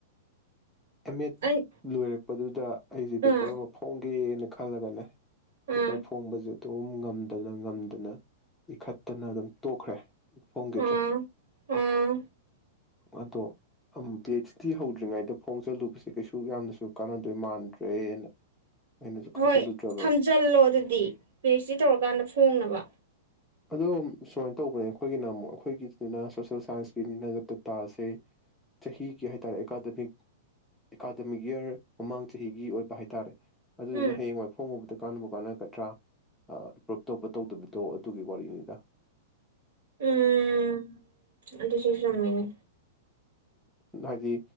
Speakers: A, in the centre; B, on the right.
A: ꯑꯦꯝ ꯑꯦ
B: ꯑꯩ
A: ꯂꯣꯏꯔꯛ ꯄꯗꯨꯗ ꯑꯩꯁꯦ ꯄꯦꯄꯔ
B: ꯑꯥ
A: ꯑꯃ ꯐꯣꯡꯒꯦꯅ ꯈꯜꯂꯒꯅꯦ ꯄꯦꯄꯔ
B: ꯑꯥ
A: ꯐꯣꯡꯕꯁꯦ ꯑꯗꯨꯝ ꯉꯝꯗꯅ ꯉꯝꯗꯅ ꯄꯤꯈꯠꯇꯅ ꯑꯗꯨꯝ ꯇꯣꯛꯈ꯭ꯔꯦ ꯐꯣꯡꯈꯤꯗ꯭ꯔꯦ
B: ꯑꯥ ꯑꯥ
A: ꯑꯗꯣ ꯄꯤ ꯑꯩꯆ ꯗꯤ ꯍꯧꯗ꯭ꯔꯤꯉꯩꯗ ꯐꯣꯡꯖꯤꯜꯂꯨꯕꯁꯦ ꯀꯩꯁꯨ ꯌꯥꯝꯅꯁꯨ ꯀꯥꯟꯅꯗꯣꯏ ꯃꯥꯟꯗ꯭ꯔꯦꯅ ꯑꯩꯅꯁꯨ
B: ꯍꯣꯏ
A: ꯈꯟꯖꯜꯂꯨꯗ꯭ꯔꯕ
B: ꯊꯝꯖꯜꯂꯣ ꯑꯗꯨꯗꯤ ꯄꯤ ꯑꯩꯩꯆ ꯗꯤ ꯇꯧꯔꯀꯥꯟꯗ ꯐꯣꯡꯅꯕ
A: ꯑꯗꯣ ꯁꯨꯃꯥꯏꯅ ꯇꯧꯕꯅꯦ ꯑꯩꯈꯣꯏꯒꯤꯅ ꯑꯃꯨꯛ ꯑꯩꯈꯣꯏꯒꯤꯗꯨꯅ ꯁꯣꯁꯦꯜ ꯁꯥꯏꯟꯁꯀꯤꯅꯤꯅ ꯗꯇꯥꯁꯦ ꯆꯍꯤꯒꯤ ꯍꯥꯏ ꯇꯥꯔꯦ ꯑꯦꯀꯥꯗꯃꯤꯛ ꯑꯦꯀꯥꯗꯃꯤꯛ ꯏꯌꯥꯔ ꯃꯃꯥꯡ ꯆꯍꯤꯒꯤ ꯑꯣꯏꯕ ꯍꯥꯏ ꯇꯥꯔꯦ ꯑꯗꯨꯗꯨꯅ
B: ꯎꯝ
A: ꯍꯌꯦꯡꯋꯥꯏ ꯐꯣꯡꯉꯨꯕꯗ ꯀꯥꯟꯅꯕꯨ ꯀꯥꯟꯅꯒꯗ꯭ꯔꯥ ꯑꯦꯄ꯭ꯔꯨꯨꯞ ꯇꯧꯕ ꯇꯧꯗꯕꯗꯣ ꯇꯨꯒꯤ ꯋꯥꯔꯤꯅꯤꯗ
B: ꯎꯝ ꯑꯗꯨꯁꯨ ꯆꯨꯝꯃꯤꯅꯦ
A: ꯍꯥꯏꯗꯤ